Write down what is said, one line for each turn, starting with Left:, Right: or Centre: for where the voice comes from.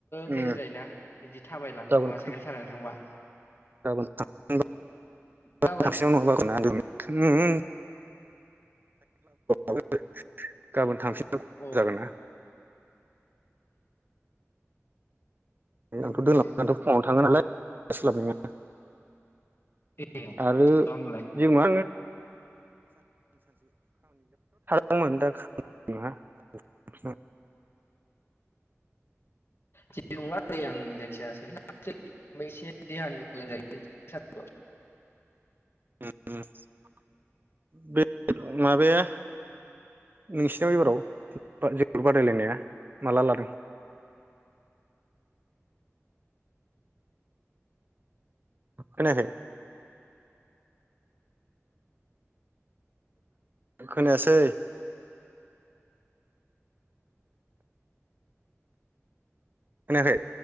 Right: उम
Left: मोजां जायोना बिदि थाबायनानै
Right: गाबोन
Left: थांबा साइकेल सालायनानै थांबा।
Right: गाबोन <unintelligible> <unintelligible>
Left: गाबोन
Right: <unintelligible> <inaudible> गाबोन थांफि
Left: अ
Right: जागोना
Left: बे
Right: आंथ'
Left: मोनसे
Right: दोनला <inaudible> <unintelligible> आंथ' फुंआवनो थाङो नालाय <unintelligible>
Left: ए
Right: आरो
Left: होमबालाय
Right: जों मा होन <unintelligible>
Left: जेबो नंला दे आं जायखिजया <inaudible> एसे देहानि मोजां जायो <unintelligible>
Right: <unintelligible> बे माबाया नोंसिनाव एबाराव जोलुर बादायलायनाया माला लादों? खोनायाखै खोनायासै खोनायाखै?